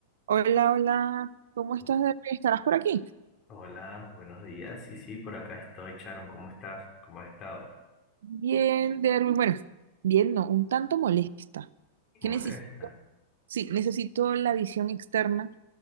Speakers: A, on the right; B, on the left.
A: Hola, hola, ¿cómo estás,
B: Oh,
A: Derby? ¿Estarás por aquí?
B: Hola, buenos días. Sí, sí, por acá estoy, Sharon. ¿Cómo estás? ¿Cómo has estado?
A: Bien, Derby. Bueno, bien, no, un tanto molesta. ¿Qué
B: ¿Molesta?
A: necesito? Sí, necesito la visión externa